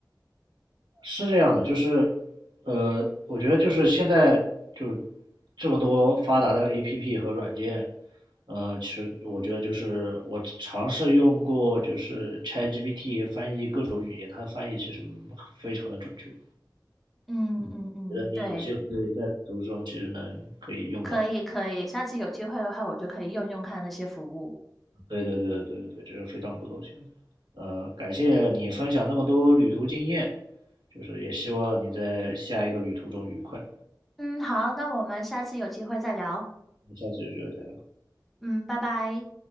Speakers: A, on the right (about 85°); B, in the centre.
A: 是这样的，就是，呃，我觉得就是现在就是这么多发达的 APP 和软件，呃，其实我觉得就是我尝试用过就是 ChatGPT 翻译各种语言，它翻译其实非常的准确。
B: 嗯嗯嗯，
A: 嗯，觉得你有机会在旅途中其实能可以用到。
B: 对，可以可以，下次有机会的话，我就可以用用看那些服务。
A: 对对对对对对，这是非常不错的选择。呃，感谢你分享那么多旅途经验，就是也希望你在下一个旅途中愉快。
B: 嗯，好，那我们下次有机会再聊。
A: 我们下次有机会再聊。
B: 嗯，拜拜。